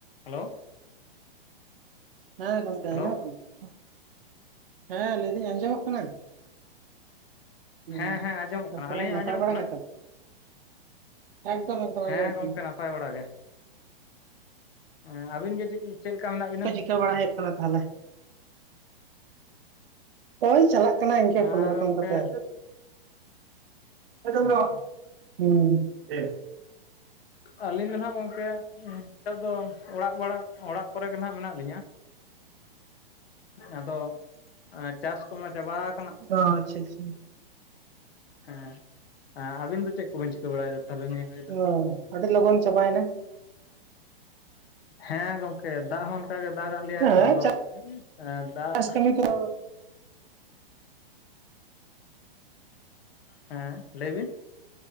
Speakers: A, on the left; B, on the right.
A: Hello
B: ᱦᱮᱸ ᱜᱚᱝᱠᱮ
A: hello
B: ᱟᱸᱡᱚᱢᱚᱜ ᱠᱟᱱᱟ ᱦᱮᱸ ᱞᱟᱹᱭᱫᱟᱹᱧ ᱟᱸᱡᱚᱢᱚᱜ ᱠᱟᱱᱟ? ᱦᱩᱸ
A: ᱦᱮᱸ ᱦᱮᱸ ᱟᱸᱡᱚᱢᱚᱜ
B: ᱛᱟᱯᱚᱨᱮ
A: ᱠᱟᱱᱟ ᱟᱞᱤᱧᱟᱜ
B: ᱱᱟᱯᱟᱭ
A: ᱟᱸᱡᱚᱢᱚᱜ
B: ᱵᱟᱲᱟ
A: ᱠᱟᱱᱟ?
B: ᱜᱮᱛᱚ ᱮᱠᱫᱚᱢ ᱮᱠᱫᱚᱢ
A: ᱦᱮᱸ
B: ᱟᱸᱡᱚᱢᱚᱜ
A: ᱜᱚᱝᱠᱮ
B: ᱠᱟᱱᱟ
A: ᱱᱟᱯᱟᱭ ᱵᱟᱲᱟ ᱜᱮ ᱦᱮᱸ ᱟᱹᱵᱤᱱ ᱜᱮ ᱪᱮᱫ ᱠᱤᱝ ᱪᱮᱫ ᱞᱮᱠᱟ ᱢᱮᱱᱟᱜ ᱵᱤᱱᱟ
B: ᱪᱮᱫ ᱪᱤᱠᱟᱹ ᱵᱟᱲᱟ ᱦᱩᱭᱩᱜ ᱠᱟᱱᱟ ᱛᱟᱦᱚᱞᱮ? ᱦᱳᱭ ᱪᱟᱞᱟᱜ ᱠᱟᱱᱟ ᱤᱱᱠᱟᱹ
A: ᱟᱨ
B: ᱠᱳᱱ ᱨᱚᱠᱚᱢ
A: ᱜᱚᱢᱠᱮ
B: ᱠᱟᱛᱮ ᱮᱭ ᱪᱚᱱᱫᱨᱚ
A: ᱟᱪᱪᱷᱟ
B: ᱦᱩᱸ ᱪᱮᱫ
A: ᱟᱹᱞᱤᱧ ᱫᱚ ᱱᱟᱦᱟᱸᱜ ᱜᱚᱢᱠᱮ ᱱᱤᱛᱚᱜ ᱫᱚ ᱚᱲᱟᱜ ᱵᱟᱲᱟ ᱚᱲᱟᱜ ᱠᱚᱨᱮ ᱜᱮ ᱱᱟᱦᱟᱜ ᱢᱮᱱᱟᱜ ᱞᱤᱧᱟ᱾ ᱟᱫᱚ ᱪᱟᱥ ᱠᱚᱢᱟ ᱪᱟᱵᱟᱣ
B: ᱚ ᱟᱪᱪᱷᱟ ᱟᱪᱪᱷᱟ
A: ᱦᱮᱸ ᱮ ᱟᱵᱤᱱ ᱫᱚ ᱪᱮᱫ ᱠᱚᱵᱤᱱ ᱪᱤᱠᱟᱹ ᱵᱟᱲᱟᱭᱮᱫᱟ ᱛᱟᱦᱞᱮ ᱱᱤᱭᱟᱹ ᱜᱷᱟᱲᱤᱡ ᱫᱚ?
B: ᱚ ᱟᱹᱰᱤ ᱞᱚᱜᱚᱱ ᱪᱟᱵᱟᱭᱮᱱᱟ
A: ᱦᱮᱸ ᱜᱚᱝᱠᱮ ᱫᱟᱜ ᱦᱚᱸ ᱚᱱᱠᱟᱜᱮ ᱫᱟᱜᱟᱜ ᱞᱮᱭᱟᱭ
B: ᱦᱮᱸ
A: ᱛᱚ ᱟᱫᱚ ᱫᱟᱜ
B: ᱪᱟᱥ ᱠᱟᱹᱢᱤ ᱠᱚ
A: ᱦᱮᱸ ᱞᱮ ᱵᱤᱱ